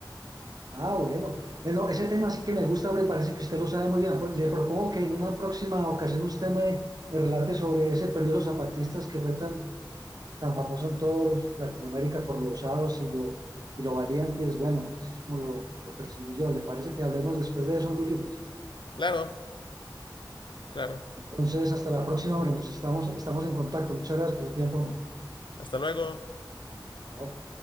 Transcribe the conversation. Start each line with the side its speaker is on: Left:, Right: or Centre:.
Right: Ah, bueno. Bueno, ese tema sí que me gusta, hombre, parece que usted lo sabe muy bien. Pues, Le propongo que en una próxima ocasión usted me, me relate sobre ese periodo de los zapatistas que fue tan, tan famoso en toda Latinoamérica por los osados y lo, y lo valientes. Bueno, eso es como lo, lo percibí yo. ¿Le parece que hablemos después de eso, hombre, Ulises?
Left: Claro, claro.
Right: Entonces, hasta la próxima, hombre, nos estamos, estamos en contacto. Muchas gracias por su tiempo, hombre.
Left: Hasta luego.
Right: Chao.